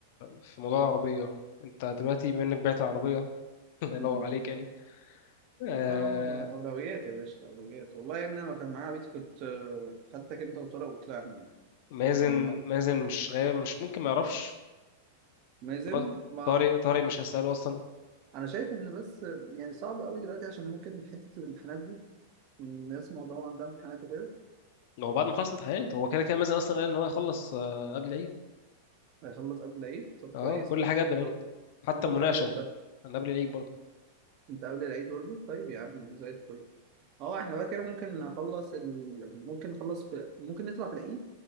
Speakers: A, on the left (about 55°); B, on the right (about 40°).
A: في موضوع العربية انت دلوقتي بما انك بعت العربية <laughs> الله ينور
B: امم
A: عليك يعني آه
B: ما هو يا عمر بقى أولويات يا باشا أولويات والله يا ابني أنا لو كان معايا بيتي كنت آه، خدتك أنت وطارق وطلعنا
A: مازن
B: كنا
A: مازن مش غايب مش ممكن ما يعرفش
B: مازن
A: طارق
B: ما
A: طارق طارق مش هسأله أصلا
B: انا شايف ان بس يعني صعب قوي دلوقتي عشان ممكن حته الامتحانات دي الناس معظمها عندها امتحانات كده
A: هو بعد ما خلص امتحانات هو كده كده مازن أصلا قال إن هو يخلص آه، قبل العيد
B: هيخلص قبل العيد طب كويس
A: اه كل
B: قوي
A: حاجة قبل العيد
B: طب
A: حتى
B: وانت
A: المناقشة
B: تخلص امتى
A: أنا قبل العيد برضه
B: انت قبل العيد برضه طيب يا عم زي الفل اه احنا بقى كده ممكن نخلص ال... ممكن نخلص في ممكن نطلع في العيد